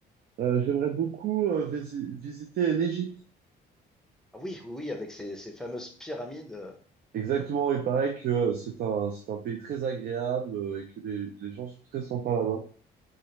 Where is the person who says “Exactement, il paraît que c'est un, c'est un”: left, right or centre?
Right